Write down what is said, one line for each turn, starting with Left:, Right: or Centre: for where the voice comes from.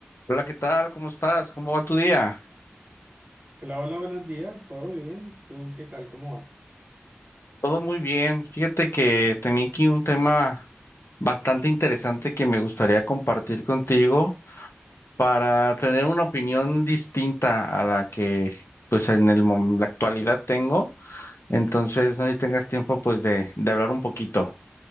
Left: Hola, ¿qué tal? ¿Cómo estás? ¿Cómo va tu día?
Right: Hola, hola, buenos días, ¿todo bien? ¿Tú qué tal? ¿Cómo vas?
Left: Todo muy bien. Fíjate que tenía aquí un tema bastante interesante que me gustaría compartir contigo para tener una opinión distinta a la que pues en el, mom- la actualidad tengo. Entonces, no sé si tengas tiempo pues de, de hablar un poquito.